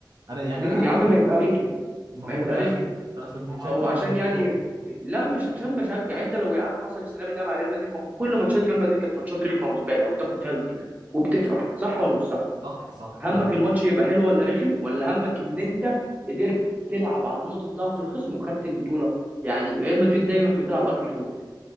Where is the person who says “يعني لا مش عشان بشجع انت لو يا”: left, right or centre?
Right